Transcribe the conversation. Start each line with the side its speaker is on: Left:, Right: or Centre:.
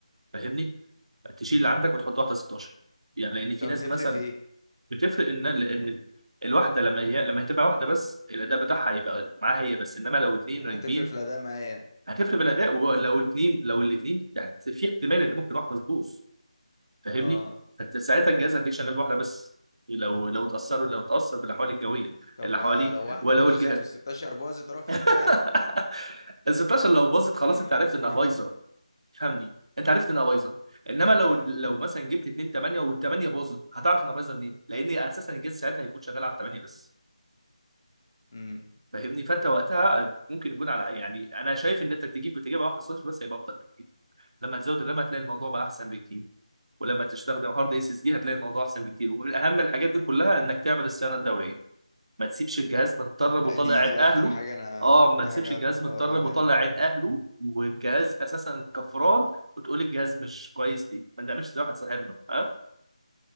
Right: فاهمني يعني تشيل
Left: امم
Right: اللي عندك وتحط واحده 16 يعني لان في
Left: طب
Right: ناس
Left: بتفرق
Right: مثلا
Left: في ايه
Right: بتفرق ان لان
Left: يعني
Right: الواحده لما هي لما هتبقى واحده بس الاداء بتاعها هيبقى معاها هي بس انما لو اتنين
Left: هتفرق
Right: راكبين
Left: في الاداء معايا يعني
Right: هتفرق بالاداء ولو اتنين لو الاتنين يعني في احتمال ان ممكن واحده تبوظ فاهمني
Left: اه
Right: فانت ساعتها الجهاز هتلاقيه شغال بواحده بس لو لو اتاثر لو اتاثر بالاحوال الجويه
Left: طب
Right: اللي
Left: ما
Right: حواليه
Left: لو واحدة
Right: ولو
Left: باظت
Right: الجهاز
Left: و16 باظت اروح فيك
Right: <laughs>
Left: في داهية
Right: ال 16 لو باظت خلاص
Left: <laughs>
Right: انت عرفت انها بايظه فهمني انت عرفت انها بايظه انما لو
Left: ايوه
Right: لو مثلا جبت 2 8 وال 8 باظت هتعرف انها بايظه منين لان اساسا الجهاز ساعتها هيكون شغال على 8 بس
Left: امم
Right: فاهمني فانت وقتها ممكن يكون على يعني انا شايف ان انت تجيب بتجيبها واحده صفر بس هيبقى افضل بكتير لما تزود الرام هتلاقي الموضوع بقى احسن بكتير ولما تستخدم هارد اس اس دي هتلاقي الموضوع احسن بكتير ومن اهم الحاجات دي كلها انك تعمل الصيانه الدوريه ما تسيبش الجهاز متطرب وطالع
Left: دي
Right: عين
Left: دي
Right: اهله
Left: اكتر حاجة انا
Right: اه ما
Left: دي
Right: تسيبش
Left: حاجة
Right: الجهاز
Left: أكتر...
Right: متطرب
Left: اه بأمانة
Right: وطالع عين اهله والجهاز اساسا كفران وتقول الجهاز مش كويس ليه ما تعملش زي واحد صاحبنا ها